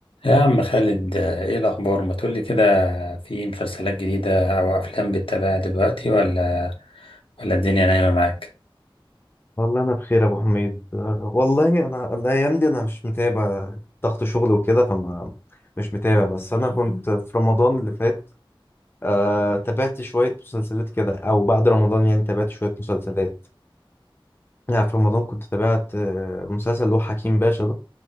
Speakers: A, on the left; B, on the left.
A: يا عم خالد ايه الاخبار ما تقولي كده في مسلسلات جديده او افلام بتتابعها دلوقتي ولا ولا الدنيا نايمه معاك
B: والله انا بخير يا ابو حميد أه، والله انا الايام دي انا مش متابع ضغط شغل وكده فما مش متابع بس انا كنت في رمضان اللي فات آه تابعت شوية مسلسلات كده او بعد رمضان يعني تابعت شوية مسلسلات يعني في رمضان كنت تابعت آه، مسلسل اللي هو حكيم باشا ده